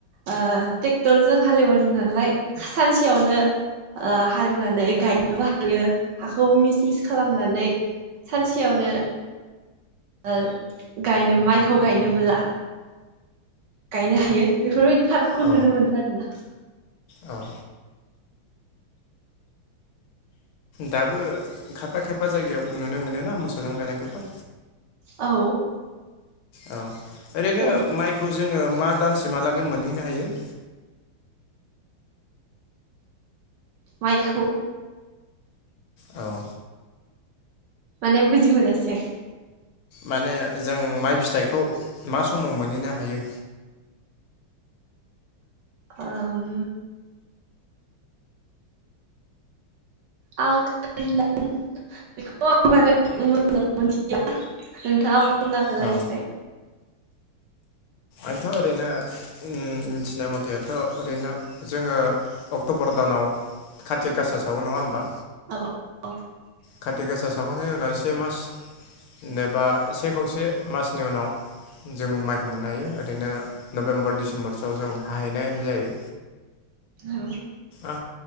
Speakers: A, on the right; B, on the left.
A: ओ ट्रेक्टरजों हालेवो नालाय सानसेयावनो ओ हालेवनानै गायनोबो हायो हाखौ मिस मिस खालामनानै सानसेयावनो ओ गायनो माइखौ गायनोबोब्ला गायनो हायो बेफोरबायदि फारागखौ
B: औ
A: नुनो मोनो आरो ना।
B: औ दाबो खायफा खायफा जायगायाव नुनो मोनोना मोसौजों गायनायखौथ'
A: औ
B: औ ओरैनो
A: थेवबो
B: माइखौ जोङो मा दामसिमहालागै मोनहैनो हायो।
A: माइखौ
B: औ
A: माने बुजिमोनासै आं?
B: माने जों माइ फिथाइखौ मा समाव मोनहैनो हायो।
A: ओम आघोन दान बेखौ आं‌ बारा मोजां मोनथिला नोंथाङा बुं बुंना होलाय
B: औ
A: एसे
B: आंथ' ओरैनो ओम मिथिनाय मथे आथ' ओरैनो जोङो अक्ट'बर दानाव कार्ति गासा सावो नङा होमबा
A: <inaudible>
B: काति गासा सावखांनायनि उनाव से मास एबा से खावसे मासनि उनाव जों माइखौ मोननो हायो ओरैनो नभेम्बर डिसेम्बरसोआव जों हाहैनाय जायो
A: औ
B: आ